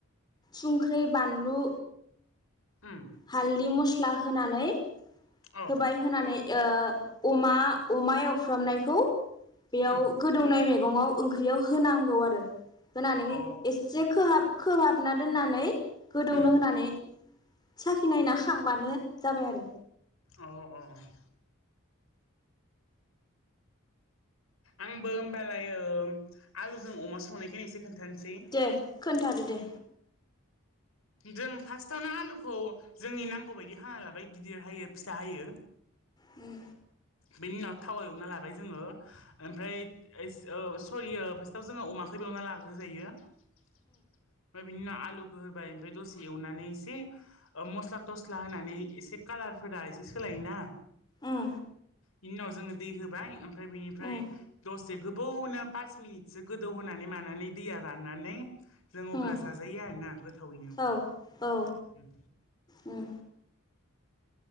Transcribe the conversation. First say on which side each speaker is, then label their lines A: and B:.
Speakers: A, on the left; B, on the left.
A: सुंख्रै बानलु
B: उम
A: हालदै मस्ला होनानै
B: अ
A: होबाय होनानै ओ अमा अमा एवफ्रामनायखौ बेयाव
B: उम
A: गोदौनाय मेगङाव ओंख्रियाव होनांगौ आरो। होनानै
B: अ
A: एसे खोबहाब खोबहाबना दोननानै गोदौनो
B: उम
A: होनानै साखि नायना खांबानो जाबाय आरो।
B: अ अ आंबो होमबालाय ओ आलुजों अमा संनायखोनो एसे खोन्थानोसै,
A: दे खोन्थादो दे
B: जों फास्ट थावनो आलुखौ जोंनि नांगौ बायदि हाना लाबाय, गिदिर हायो फिसा हायो।
A: उम।
B: बेनि उनाव थाव एवना लाबाय जोङो, ओमफ्राय ओ सरियो फार्स्टआव जोङो अमाखो एवना लाग्रो जायो, ओमफ्राय बिनि उनाव आलु होबाय ओमफ्राय दसे एवनानै एसे मस्ला थस्ला होनानै एसे कालारफोरा एसे सोलाय बिना
A: उम
B: बेनि उनाव जोङो दै होबाय ओमफ्राय बैनिफ्राय
A: उम
B: दस से गोबोवनो पास मिनिटसो गोदौ होनोनानै मानानै दैया राननानै जों अब्ला
A: उम
B: जाजायो आरोना गोथावैनो।
A: औ औ
B: उम।
A: उम